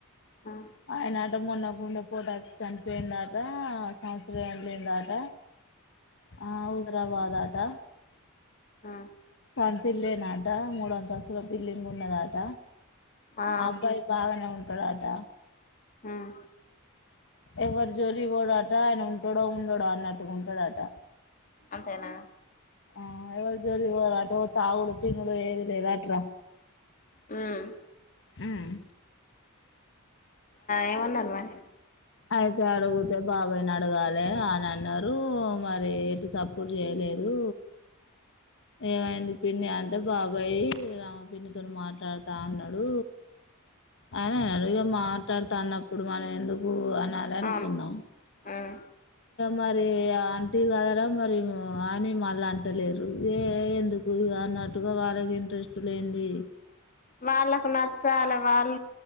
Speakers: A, on the left; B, on the left.
A: ఆ
B: ఆయనట మొన్న గుండె పోటు వచ్చి చనిపోయిండట సంవత్సరం ఎల్లిందట ఆ హుజరాబాద్ ఆ ట
A: ఆ
B: సొంత్తిళ్ళేనట మూడు అంతస్థుల బిల్డింగ్ ఉన్నదట
A: ఆ
B: అబ్బాయి బాగానే ఉ తడాట
A: హ్మ్
B: ఎవరి జోలికి పోడట ఆయన ఉంటాడో ఉండోడో అన్నట్టుగా ఉంటాడట
A: అంతేనా
B: ఆ ఎవళ జోలికి పోరంట తాగుడు తినుడు ఏది లేదట్రా
A: హ్మ్
B: హ్మ్
A: ఏమన్నారు మరి
B: అయితే అడుగితే బాబాయ్ని అడగాలి ఆని అన్నారు మరి ఎటు సపోర్ట్ చేయలేదు ఏమైంది పిన్ని అంటే బాబాయ్ రామ పిన్నితో మాట్లాడుతా అన్నడు ఆని అన్నాడు ఇగ మాట్లాడతా అన్నప్పుడు మనం ఎందుకు అ నాలె అనుకున్నాం
A: అవును ఉమ్
B: మరి అంటివి కదరా మరి అని మళ్ళీ అంటలేరు ఏ ఎందుకు ఇగ అన్నట్టుగా వాళ్ళకి ఇంట్రెస్ట్ లేంది
A: వాళ్ళకు నచ్చాలా వాళ్ళ